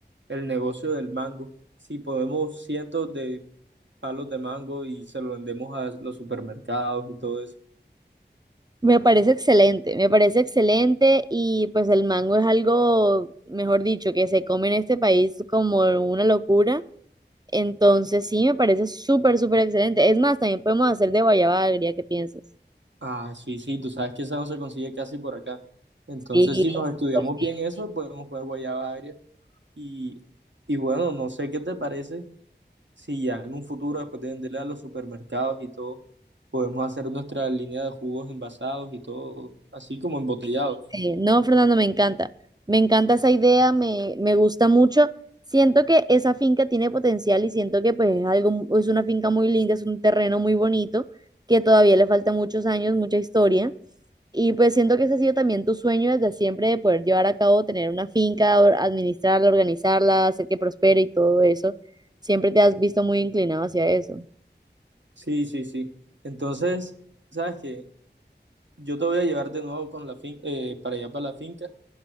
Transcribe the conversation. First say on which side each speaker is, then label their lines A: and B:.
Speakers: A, on the right (about 80°); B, on the right (about 20°).
A: el negocio del mango? Si podemos cientos de palos de mango y se lo vendemos a los supermercados y todo eso.
B: Me parece excelente, me parece excelente y pues el mango es algo, mejor dicho, que se come en este país como una locura. Entonces sí, me parece súper, súper excelente. Es más, también podemos hacer de guayaba agria, ¿qué piensas?
A: Ah, sí, sí, tú sabes que esa no se consigue casi por acá. Entonces,
B: Sí,
A: si nos Sí. estudiamos
B: pues
A: bien
B: sí.
A: eso, podemos poner guayaba agria. Y, y bueno, no sé qué te parece si ya en un futuro, después de venderla a los supermercados y todo, podemos hacer nuestra línea de jugos envasados y todo, así como embotellados.
B: Sí, no, Fernando, me encanta. Me encanta esa idea, me, me gusta mucho. Siento que esa finca tiene potencial y siento que pues es algo, es una finca muy linda, es un terreno muy bonito, que todavía le falta muchos años, mucha historia. Y pues siento que ese ha sido también tu sueño desde siempre de poder llevar a cabo, tener una finca, or- administrarla, organizarla, hacer que prospere y todo eso. Siempre te has visto muy inclinado hacia eso.
A: Sí, sí, sí. Entonces, ¿sabes qué? Yo te voy a llevar de nuevo con la fin eh, para allá para la finca